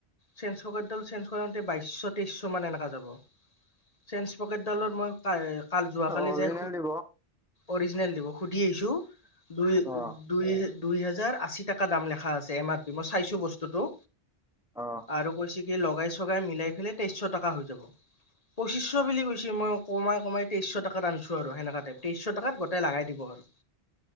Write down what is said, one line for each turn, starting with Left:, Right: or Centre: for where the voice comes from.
Left: চেঞ্চপকেটডাল চেঞ্চ কৰাতে বাইশ তেইশ মান এনেকা যাব, চেঞ্চ পকেটডালত মই কা কাট যোৱাকালি
Centre: অৰিজিনেল
Left: যে
Centre: দিব অ
Left: অৰিজিনেল দিব। সুধি আহিছো দুই
Centre: অ
Left: দুই দুই হেজাৰ আশী টাকা দাম লেখা আছে এম আৰ পি, মই চাইছো বস্তুটো।
Centre: অ।
Left: আৰু কৈছে কি লগাই চগাই মিলাই পেলাই তেইশ টকা হৈ যাব। পঁচিশ বুলি কৈছে মই কমাই কমাই তেইশ টাকাত আনছো আৰু সেনেকা টাইপ তেইশ টাকাত ম তে লাগাই দিব আৰু।